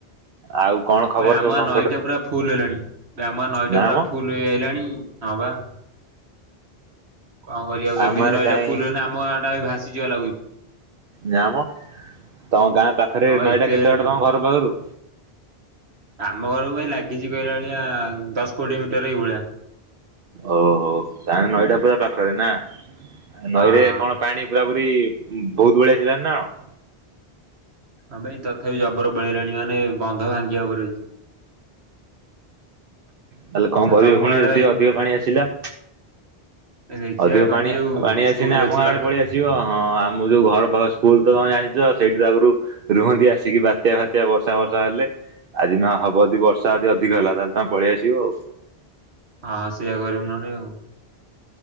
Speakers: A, on the right; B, on the right.
A: ଆଉ କଣ? ଖବର
B: ଭାଇ ଆମ
A: ସବୁ
B: ଗାଁ
A: ତମ
B: ନଈଟା
A: ପଟରେ
B: ପୁରା ଫୁଲ ହେଲାଣି ଆମ ନଈଟା
A: ନା
B: ପୁରା
A: ମ
B: ଫୁଲ ହେଇଆଇଲାଣି ହଁବା। କଣ କରିବାକୁ
A: ଆମର
B: ଏମିତି ନଈଟା
A: କାଇଁ
B: ଫୁଲ ହେଲେ ଆମ ଗାଁଟା ଭାସିଯିବ ଲାଗୁଛି।
A: ନାମ ତମ ଗାଁ ପାଖରେ
B: ହଁ ବା
A: ନଈଟା
B: ଏତେ
A: କେତେ
B: ଜୋରେ
A: ବାଟ
B: ମେଘ
A: ତମ ଘର ପାଖରୁ?
B: ଆମ ଘରକୁ ଭାଇ ଲାଗିଛି କହିଲା ବଳିଆ ଦଶ କୋଡିଏ ମିଟର ଏଇଭଳିଆ।
A: ଓହୋ ତାହେଲେ ନଈଟା ପୁରା ପାଖରେ ନା
B: ହଁ
A: ନଈରେ କଣ ପାଣି ପୁରା ପୁରି ବହୁତ ଭଳିିଆ ସିଲାଣି ନା କଣ?
B: ହଁ ଭାଇ ତଥାପି ଜବର ପଳେଇଲାଣି ମାନେ ବନ୍ଧ ଭାଙ୍ଗିବା ଉପରେ ରହିଛି।
A: ତାହେଲେ କଣ
B: ଆଉ
A: କରିବ
B: ତମ
A: ପୁଣି
B: ଆଡେ
A: ଯଦି
B: ଭାଇ
A: ଅଧିକ ପାଣି ଆସିଲା?
B: ଦେଖିବା
A: ଅଧିକ
B: କହନ୍ତି
A: ପାଣି
B: ଯୋଉ
A: ପାଣି ଆସିନେ
B: ସ୍କୁଲ
A: ଆମ
B: ଅଛି
A: ଗାଁ
B: ପାଖରେ
A: ଆଡେ ପଳିଆସି ବ ହଁ ଆମ ଯୋଉ ଘର ପାଖ ସ୍କୁଲ ତମେ ଜାଣିଛ ସେଇଠି ତ ଆଗରୁ ରୁହନ୍ତି ଆସିକି ବାତ୍ୟା ଫାତ୍ୟା ବର୍ଷା ଫର୍ଷା ହେଲେ। ଆଜି ନ ହବ ଯଦି ବର୍ଷା ଯଦି ଅଧିକ ହେଲା ତାହେଲେ ତମେ ପଳିଆସିବ ଆଉ।
B: ହଁ ସେଇଆ କରିମୁ ନଁ ଏଲେ।